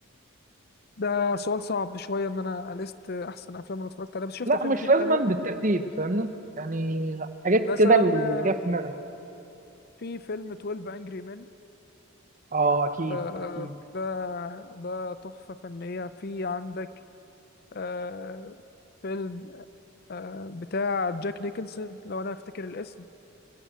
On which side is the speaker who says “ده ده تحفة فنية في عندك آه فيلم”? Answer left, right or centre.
Left